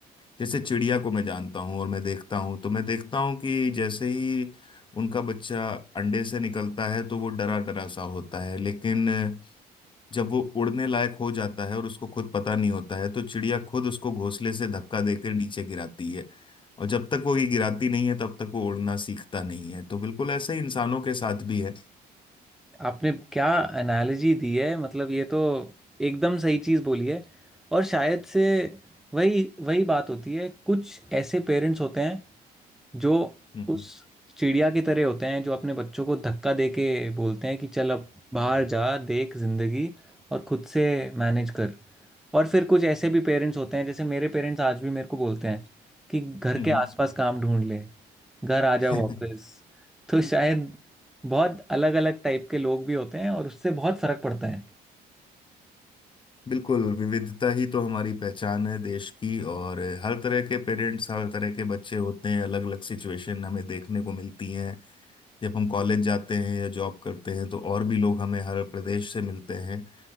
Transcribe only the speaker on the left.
जैसे चिड़िया को मैं जानता हूँ और मैं देखता हूँ तो मैं देखता हूँ कि जैसे ही उनका बच्चा अंडे से निकलता है तो वो डरा डरा सा होता है लेकिन जब वो उड़ने लायक हो जाता है और उसको खुद पता नहीं होता है तो चिड़िया खुद उसको घोंसले से धक्का देकर नीचे गिराती है और जब तक वो ये गिराती नहीं है तब तक वो उड़ना सीखता नहीं है तो बिल्कुल ऐसा ही इंसानों के साथ भी है
हम्म
हम्म
<laughs>
हम्म।
बिल्कुल विविधता ही तो हमारी पहचान है देश की और हर तरह के पेरेंट्स हर तरह के बच्चे होते हैं अलग अलग सिचुएशन हमें देखने को मिलती हैं जब हम कॉलेज जाते हैं या जॉब करते हैं तो और भी लोग हमें हर प्रदेश से मिलते हैं